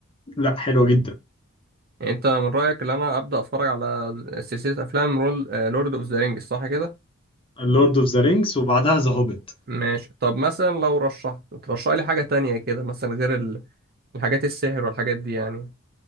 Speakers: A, on the left; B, on the right.
A: لا حلوة جدا
B: يعني أنت من رأيك إن أنا أبدأ أتفرج على سلسلة أفلام رول لورد أوف ذا رينجز صح كده
A: لورد اوف ذا رينجز وبعدها ذا هوبيت
B: ماشي طب مثلا لو رشحت ترشح لي حاجة تانية كده مثلا غير ال- الحاجات السحر والحاجات دي يعني